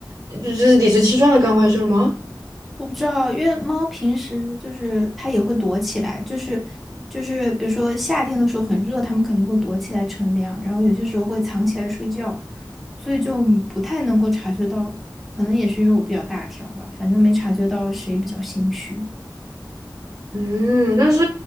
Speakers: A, on the right; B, in the centre.
A: 就是理直气壮的干坏事儿吗？
B: 我不知道，因为猫平时就是它也会躲起来，就是就是比如说夏天的时候很热，它们肯定会躲起来乘凉，然后有些时候会藏起来睡觉，所以就嗯不太能够察觉到，可能也是因为我比较大条吧，反正没察觉到谁比较心虚。
A: 嗯，但是